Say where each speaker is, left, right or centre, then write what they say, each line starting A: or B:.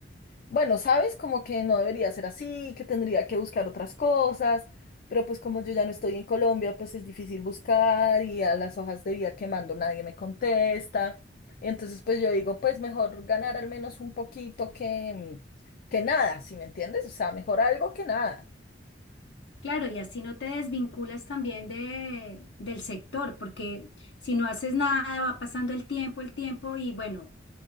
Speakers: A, on the left (about 50°); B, on the left (about 65°).
A: bueno, sabes, como que no debería ser así, que tendría que buscar otras cosas, pero pues como yo ya no estoy en Colombia, pues es difícil buscar y a las hojas de vida que mando nadie me contesta. Entonces, pues yo digo, pues mejor ganar al menos un poquito que, mm, que nada, si me entiendes? O sea, mejor algo que nada.
B: <laughs> claro, y así no te desvinculas también de, del sector, porque si no haces nada, va pasando el tiempo, el tiempo, y bueno,